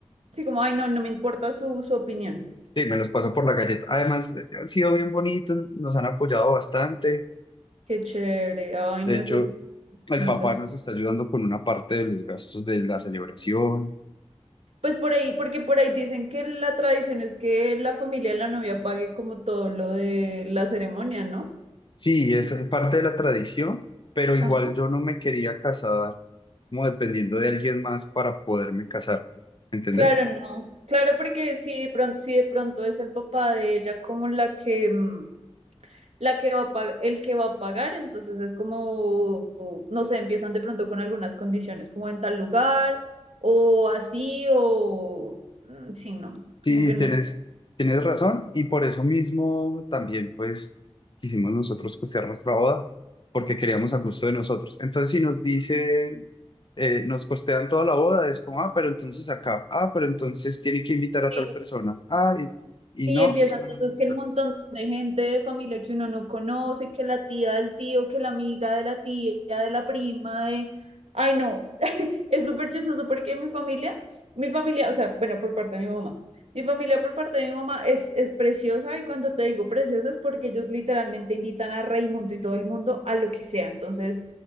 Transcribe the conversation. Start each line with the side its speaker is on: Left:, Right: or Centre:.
Right: sí, como, ay, no, no me importa su, su opinión.
Left: sí, me los pasó por la galleta. Además, eh, han sido bien bonitos, nos han apoyado bastante.
Right: Qué chévere, ay,
Left: De
Right: no,
Left: hecho,
Right: eso es
Left: el
Right: lindo.
Left: papá nos está ayudando con una parte de los gastos de la celebración.
Right: Pues por ahí, porque por ahí dicen que la tradición es que la familia de la novia pague como todo lo de la ceremonia, ¿no?
Left: Sí, es parte de la tradición, pero igual
Right: Ajá.
Left: yo no me quería casar como dependiendo de alguien más para poderme casar, ¿entendés?
Right: Claro, no. Claro, porque si de pronto, si de pronto es el papá de ella como la que, mm, la que va a pag- el que va a pagar, entonces es como, no sé, empiezan de pronto con algunas condiciones, como en tal lugar, o así, o mm, sí, no,
Left: Sí,
Right: como que no
Left: tienes, tienes razón y por eso mismo también pues quisimos nosotros costear nuestra boda porque queríamos a gusto de nosotros. Entonces si nos dice, eh, nos costean toda la boda, es como, ah, pero entonces acá, ah, pero entonces tienen que invitar a
Right: es.
Left: tal persona, ah, y,
Right: Y
Left: y no,
Right: empieza
Left: eso
Right: entonces
Left: no nos gusta.
Right: que el montón de gente de familia que uno no conoce, que la tía del tío, que la amiga de la tía, de la prima, de... Ay, no, <laughs> es súper chistoso porque mi familia, mi familia, o sea, bueno, por parte de mi mamá, mi familia por parte de mi mamá es, es preciosa y cuando te digo preciosa es porque ellos literalmente invitan a Raimundo y todo el mundo a lo que sea. Entonces,